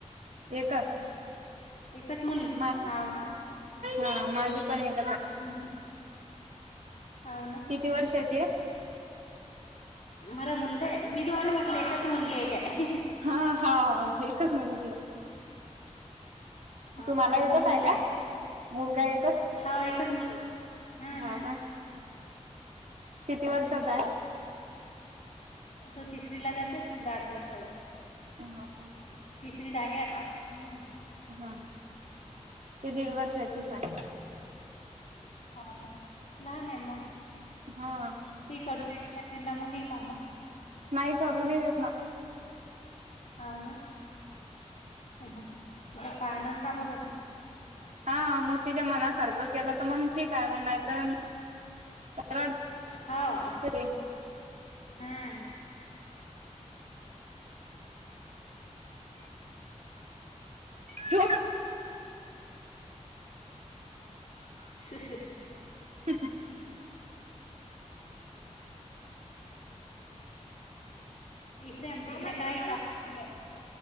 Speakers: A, on the right; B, on the left.
A: एकच
B: एकच मुल
A: मा
B: हाव ना.
A: हा माझी पण एक
B: <unintelligible> हाव ना.
A: किती वर्षाची आहे?
B: मला मुलगा आहे मी तुम्हाला म्हटलं एकाच मुलगी आहे काय.
A: हा हा एकच मुलगी आहे.
B: हा
A: तुम्हाला
B: मला
A: एकच
B: मुलगा
A: हाय का
B: आहे
A: मुलगा एकच.
B: हा एकच मुलगा हा
A: हाव
B: हा
A: का किती
B: हम्म
A: वर्षचा आहे?
B: तो तिसरी ला जाते समजा आठ वर्षाचा आहे.
A: हो का?
B: तिसरीत आहे आता हम्म.
A: हा ते दीड वर्षाचीच हाय.
B: हाव ना लहान आहे मग.
A: हां.
B: ते करू देत नशील ना मग काही कामं.
A: नाई करू नी देत ना.
B: हाव ना तिला पाहनं अन कामं करनं.
A: हा मग तिच्या मनासारखं केला त मंग ठीक हाय मंग नाही तर रडते
B: हा
A: ते.
B: हम्म.
A: झोप
B: <unintelligible>
A: <inaudible>
B: इकडे आमच्या इकडे काही काम नाहीये.